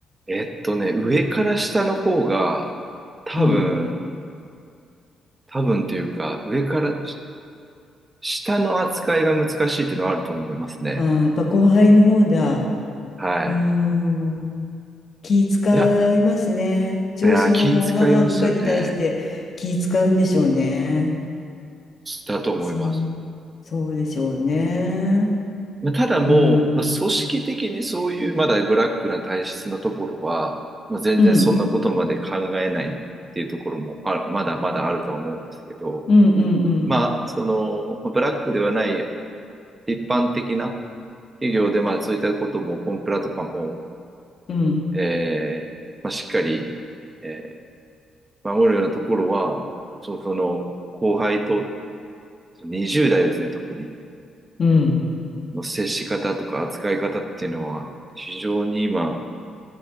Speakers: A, on the right (about 20°); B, on the left (about 45°).
A: えっとね、上から下の方が、多分、
B: うん。
A: 多分というか、上からし下の扱いが難しいっていうのはあると思いますね。
B: あー、やっぱ後輩の方だ。
A: はい。
B: うーん。気使いますね。
A: いや、
B: 上司の方が部下に対して気使うんでしょうね。
A: いや気遣いますよね。だと思います。
B: そう。そうでしょうね。
A: まあただもう、
B: うん。
A: まあ、組織的にそういうまだブラックな体質なところは、まあ、全然そんなことまで考えないっていうところもある、
B: うん。
A: まだまだあるとは思うんですけど、
B: うんうんうん
A: まあ、その、まあブラックではない一般的な企業で、まあ、そういったことも、コンプラとかも、
B: うん。
A: えーまあ、しっかり、えー守るようなところは、そ、その、後輩と、20代ですね、特に、
B: うん。
A: の接し方とか扱い方っていうのは、非常に今、